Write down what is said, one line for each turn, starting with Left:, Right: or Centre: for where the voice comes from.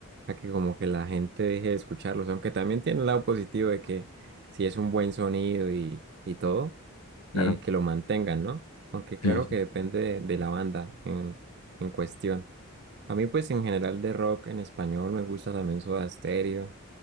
Right: a que como que la gente deje de escucharlos, aunque también tiene el lado positivo de que si es un buen sonido y, y todo,
Left: Claro.
Right: eh, que lo mantengan, ¿no? Aunque claro
Left: Sí, sí.
Right: que depende de, de la banda en, en cuestión. A mí, pues, en general de rock en español me gusta también Soda Stereo,